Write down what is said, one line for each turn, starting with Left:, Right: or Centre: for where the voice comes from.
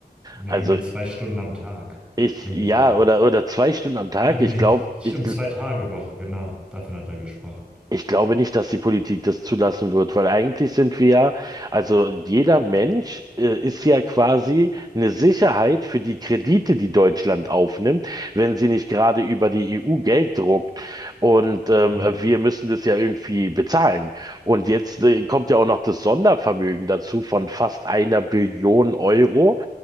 Centre: Ne,
Right: Also
Centre: irgendwie zwei Stunden am Tag.
Right: ich,
Centre: Irgendwie
Right: ja,
Centre: sowas.
Right: oder, oder zwei Stunden am Tag.
Centre: Oder nee,
Right: Ich glaube,
Centre: stimmt,
Right: ich
Centre: zwei Tage Woche, genau, davon hat er gesprochen.
Right: Ich glaube nicht, dass die Politik das zulassen wird, weil eigentlich sind wir ja, also jeder Mensch äh, ist ja quasi eine Sicherheit für die Kredite, die Deutschland aufnimmt, wenn sie nicht gerade über die EU Geld druckt. Und ähm,
Centre: Ja.
Right: wir müssen das ja irgendwie bezahlen. Und jetzt äh, kommt ja auch noch das Sondervermögen dazu von fast einer Billion Euro,